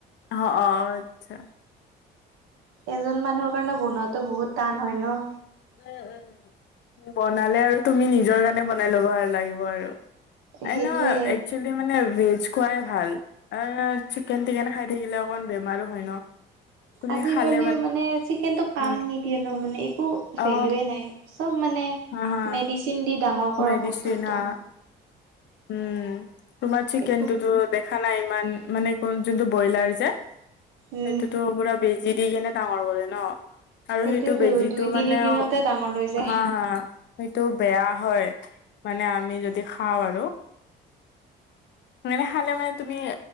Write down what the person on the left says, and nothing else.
অ' অ' আচ্ছা।
উম উম বনালে আৰু তুমি নিজৰ কাৰণে বনাই লব আৰু লাগিব আৰু। আৰু
ন একচুৱেলি মানে ভেজ খুৱাই ভাল। আ চিকেন টিকেন খাই থাকিলে অকমান বেমাৰো হয় ন। তুমি
খালে
উম
অ
হা হা।
মেডিচিন
হা উম। তোমাৰ চিকেন
টোতো দেখা নাই ইমান মানে যোনটো ব্ৰইলাৰ যে
সেইটোতো পুৰা বেজি দি কেনে ডাঙৰ কৰে ন। আৰু
সেইটো বেজিটো
মানে
হা
হা সেইটো বেয়া হয়, মানে আমি যদি খাওঁ আৰু। মানে খালে মানে তুমি